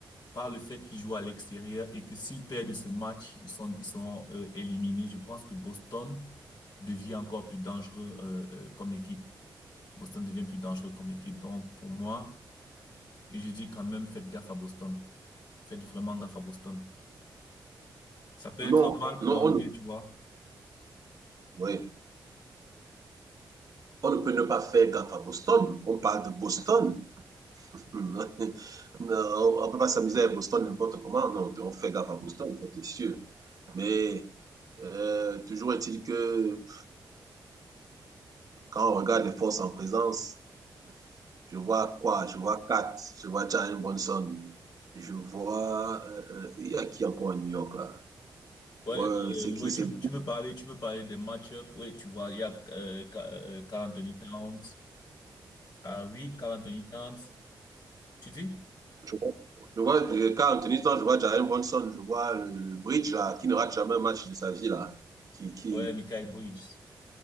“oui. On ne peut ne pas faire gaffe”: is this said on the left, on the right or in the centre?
Right